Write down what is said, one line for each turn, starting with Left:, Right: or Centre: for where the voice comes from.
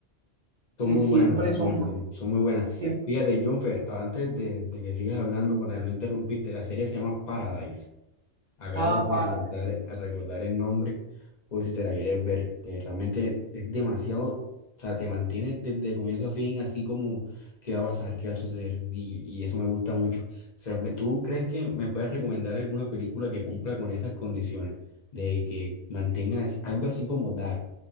Left: Son
Right: que
Left: muy
Right: siempre
Left: buenas, realmente,
Right: son...
Left: son muy buenas.
Right: siempre-
Left: Fíjate, Jonfer, antes de, de que sigas hablando, para no interrumpirte, la serie se llama Paradise. Acabo
Right: ah,
Left: de
Right: para,
Left: recordar, a recordar el nombre, por si te la quieres ver, que realmente es demasiado, o sea, te mantiene desde comienzo a fin, así como qué va a pasar, qué va a suceder, y, y eso me gusta mucho. O sea, me- ¿tú crees que me puedes recomendar alguna película que cumpla con esas condiciones, de que mantenga así- algo así como Dark?